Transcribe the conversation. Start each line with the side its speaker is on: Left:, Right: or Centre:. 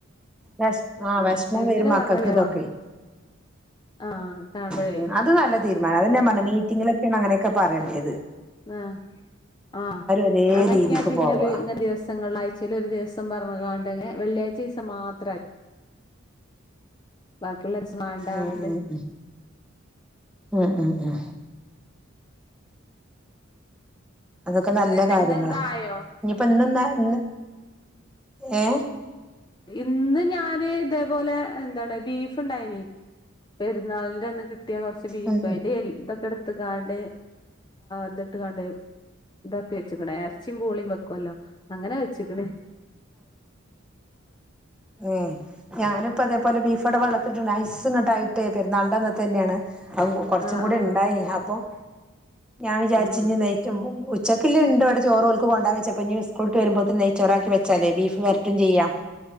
Centre: വഷ ആഹ് വിഷമം
Left: എങ്ങനെ
Centre: വെരുും മക്കൾക്ക്
Left: പറഞ്ഞാവാ
Centre: ഇതൊക്കെ
Left: ആ കാണുമ്പോഴേ
Centre: ഉ അത് നല്ല തീരുമാനം അതെന്നാ പറഞ്ഞ മീറ്റിങ്ങിലൊക്കെയാണ് അങ്ങനെയൊക്കെ പറയണ്ടത് ഇത്
Left: ആഹ ആഹ
Centre: ഒരേ
Left: അങ്ങനക്കെയ
Centre: രീതിക്ക്
Left: പിന്നെ
Centre: പോവാ
Left: ഇങ്ങെ ദിവസം ദസങ്ങളാഴ്ചയിൽ ഒരു ദിവസം പറഞ്ഞതാണ്ട വെള്ളിയാഴ്ച ദിവസം മാത്രി ബാക്കിള്ളച്ച നണ്ടണണ്ട്
Centre: ഉം ഉം ഉം ഉം ഉ ഉ അതൊക്കെ നല്ല
Left: എന്നിട്ട്
Centre: കാര്യങ്ങളാ
Left: ഇന്ന് എന്താ ആയോ
Centre: ഇനിയിപ്പോ ഇന്ന്ന്താ ഇന്ന് ഏ
Left: ഇന്ന് ഞാന് ഇതേപോലെ എന്താണ് ബീഫ് ഇണ്ടായിന പെരുന്നാളിന്റെ അന്ന് കി കട്ടിയ കുറച്ച് ബീഫ്
Centre: ഉം
Left: അയിന്റെറെ
Centre: ഉം
Left: എതൊക്കെ എടുത്ത് കാണ്ട് ഇതിട്ട് കണ്ട് ഇതാക്കി വെച്ചക്കണേ ഇറച്ചിയും പൂളിയും വെക്കുവല്ലോ അങ്ങനെ വെച്ചക്കണേ
Centre: ഏ ഞാനിപ്പ അതേപോലെ ബീഫോടെ വളർത്തിട്ട് ഐസ്ങ്ങോട്ടായിട്ടേ പെരുന്നാളുടെന്ന തന്നെയാണ് അ കൊറച്ചും
Left: ആഹ്
Centre: കൂടി
Left: ആഹ്
Centre: ഉണ്ടായിനീ അപ്പൊ ഞാൻ വിചാരിച്ചഞ്
Left: ആഹ്
Centre: നെയറ്റുമഉച്ച ഉച്ചക്കില്ല ഉണ്ടോ അവി ചോറ്ുകൽക്കക്ക് കൊണ്ടാ വച്ചപ്പപ്പോ സ്കൂളട്ട് വരുമ്പോഴത്തെ നെയ് ചോറക്കി വെച്ചാലേ ബീഫ് വരട്ടും ചെയ്യാം